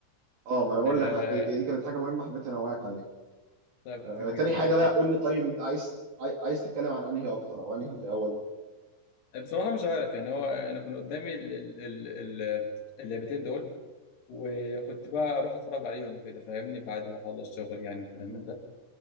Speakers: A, on the right (about 55°); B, on the left (about 60°).
A: اه ما انا بقول
B: آه
A: لك ع- دي كانت حاجه مهمه حبيت انوهك عليها
B: طيب
A: آه،
B: جدا
A: تاني حاجه
B: سلسلة-
A: بقى قول لي طيب انت عايز عاي- عايز تتكلم عن انهي اكتر او انهي الاول
B: بصراحة مش عارف يعني هو أنا كان قدامي ال- ال- ال- ال- اللعبتين دول وكنت بقى أروح أتفرج عليهم كده فاهمني بعد ما أخلص الشغل يعني والكلام
A: مم.
B: من ده